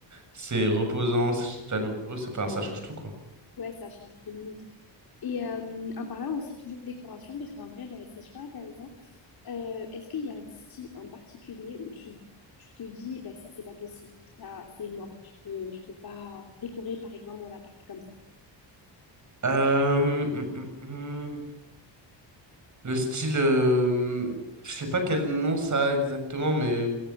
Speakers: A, on the right (about 40°); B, on the left (about 50°).
A: c'est reposant, c'est chaleureux, ça, enfin, ça change tout, quoi.
B: Ouais, ça change tout le monde. Et euh, en parlant aussi toujours de décoration, parce qu'en vrai, bah, c'est super intéressant. Euh, est-ce qu'il y a un style en particulier où tu, tu te dis, bah, ça, c'est pas possible, ça, c'est mort, je peux, je peux pas décorer, par exemple, mon appart comme ça?
A: Euh, hum, hum, hum. Le style, euh, je sais pas quel nom ça a exactement, mais